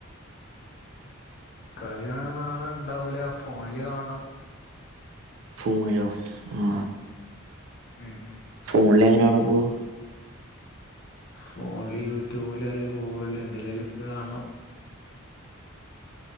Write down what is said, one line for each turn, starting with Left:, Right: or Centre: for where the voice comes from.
Left: കളി കാണൻ നാള ഇണ്ടാവൂല ഫോണില് കാണണം
Right: ഫോണിലോ ആ
Left: ഉം
Right: ഫോണില എങ്ങനെയാണപ്പ
Left: ഫോണില് യൂട്യൂബില് അല്ല ഗൂഗിളില് എന്തെലാലും കാണണം